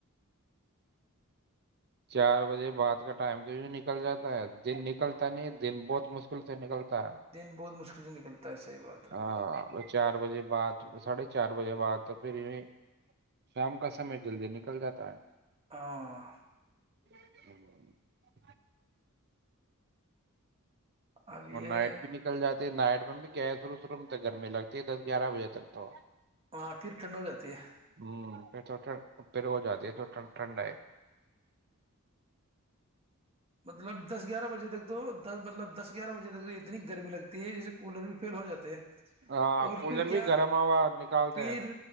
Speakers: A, on the right; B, on the right.
A: چار بجے بعد کا ٹائم تو بھی نکل جاتا ہے دن نکلتا نہیں ہے دن بہت مشکل سے نکلتا ہے
B: دن بہت مشکل <inaudible> بات ہے
A: ہاں چار بجے بعد ساڑھے چار بجے بعد پھر یہ شام کا سمے جلدی نکل جاتا ہے
B: ہاں
A: <inaudible>
B: اب یہ
A: اور نائٹ بھی نکل جاتا نائٹ میں بھی کیا ہے شروع شروع میں ت گرمی لگتی ہے دس گیارہ بجے تک تو
B: ہاں پھر ٹھنڈ ہو جاتی ہے
A: ہوں پھر تو پھر ہو جاتی ہے تو ٹھنڈ آئے
B: مطلب دس گیارہ بجے تک تو مطلب دس گیارہ بجے تک اتنی گرمی لگتی تی کولر بھی فیل ہو جاتے ہیں
A: ہاں
B: اور
A: کولر
B: پھر
A: بھی
B: کیا
A: گرم ہوا نکالتے
B: پھر
A: ہیں